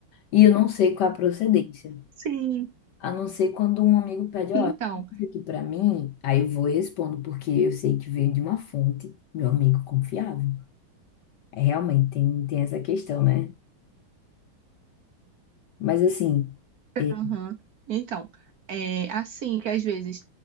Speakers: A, on the left; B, on the right.
A: E eu não sei qual é a procedência.
B: Sim,
A: A não ser quando um amigo pede, ó,
B: então,
A: isso aqui pra mim, aí eu vou e respondo, porque eu sei que veio de uma fonte, meu amigo confiável. É, realmente, tem, tem essa questão, né? Mas assim, é,
B: aham. Então, é assim que às vezes